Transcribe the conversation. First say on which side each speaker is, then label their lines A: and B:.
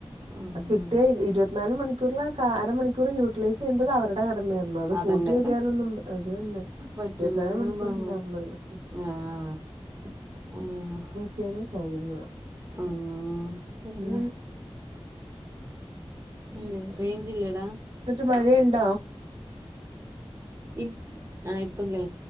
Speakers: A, on the right; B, on the right.
A: ഉം
B: കിട്ടിയ
A: ഉം
B: ഇരുപത്തിനാല് മണി <unintelligible> അരമണിക്കൂർ യൂട്ടിലൈസ് ചെയ്യണ്ടത് അവരുടെ കടമേ അത്കൂട്ടിവക്കാനൊന്നുംഅതന്നെ
A: അതന്നെ പറ്റൂല
B: ഇരുപത്തിനല്
A: അത്
B: മണിക്കൂർണ്ടാവുന്നുണ്ട്
A: ഞാൻ പറഞ്ഞു ആഹ് <unintelligible>
B: ചെല കാര്യങ്ങള്
A: ആഹ് പിന്നെ
B: എന്നിട്ട്
A: ഇല്ലേ റേഞ്ച് ഇല്ലടാ
B: ന്ട്ട് മഴയ്ണ്ട
A: ഇപ് ആഹ് ഇപ്പ കേൾ